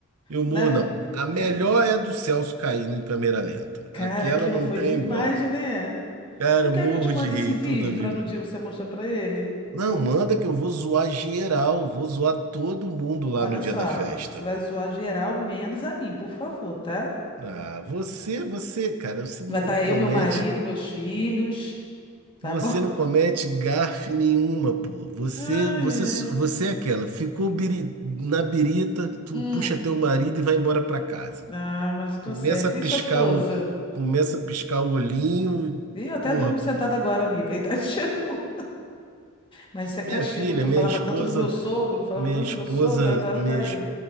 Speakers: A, on the right; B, on the left.
A: eu morro
B: Na-
A: não. A melhor
B: é,
A: é a do Celso caindo em câmera lenta.
B: Cara,
A: Aquela
B: aquilo
A: não
B: foi
A: tem
B: demais,
A: igual.
B: né?
A: Cara,
B: Tu
A: eu
B: quer
A: morro
B: que eu te mande
A: de rir
B: esse vídeo
A: toda vez.
B: para no dia você mostrar para ele?
A: Não, manda que eu vou zoar geral, vou zoar todo mundo lá
B: Olha
A: no dia
B: só,
A: da festa.
B: você vai zoar geral, menos a mim, por favor, tá?
A: Ah, você, você, cara, você não
B: Vai estar
A: comete.
B: eu, meu marido, meus filhos, tá
A: Você
B: bom?
A: não comete gafe nenhuma, pô. Você,
B: <laughs> Ai,
A: você,
B: ai.
A: você é aquela. Ficou biri- na birita, tu
B: Hum.
A: puxa teu marido e vai embora pra casa.
B: Ah, mas eu tô
A: Começa
B: certa.
A: a piscar
B: E sua esposa?
A: o, começa a piscar o olhinho.
B: Ih, eu até
A: Porra,
B: durmo sentada agora, amiga. E tá <laughs> chegou. Mas isso é castigo,
A: minha filha,
B: que eu
A: minha
B: falava
A: esposa,
B: tanto do meu sogro, falava
A: minha
B: tanto
A: esposa,
B: do meu sogro, agora
A: minha,
B: tá
A: es-
B: eu.